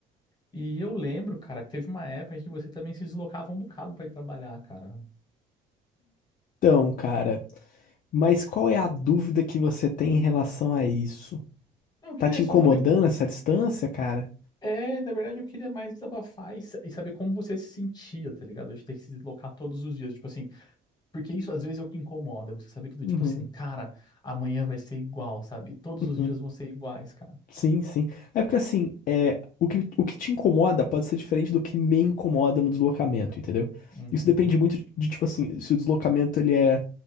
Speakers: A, on the left (about 25°); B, on the left (about 50°).
A: E eu lembro, cara, que teve uma época que você também se deslocava um bocado pra ir trabalhar, cara.
B: Então, cara, mas qual é a dúvida que você tem em relação a isso?
A: Não, eu queria
B: Tá te
A: só
B: incomodando
A: saber. co-
B: essa distância, cara?
A: É, na verdade, eu queria mais desabafar e, sa- e saber como você se sentia, tá ligado? De ter que se deslocar todos os dias, tipo assim. Porque isso às vezes é o que incomoda, você saber que do
B: Uhum,
A: tipo assim, cara, amanhã vai ser igual, sabe? Todos
B: uhum.
A: os dias vão ser iguais, cara.
B: Sim, sim. É porque assim, é, o que, o que te incomoda pode ser diferente do que me incomoda no deslocamento, entendeu?
A: Uhum,
B: Isso depende muito de, tipo assim, se o deslocamento ele é,